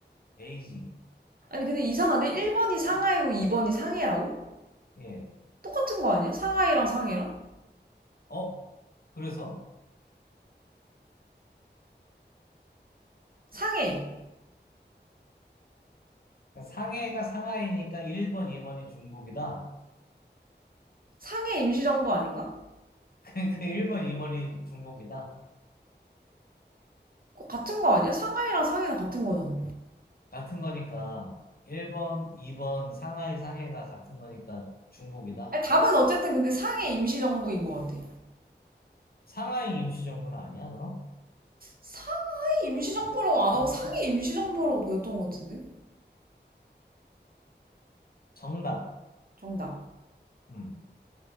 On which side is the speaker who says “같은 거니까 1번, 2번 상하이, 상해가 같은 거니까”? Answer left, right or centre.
Left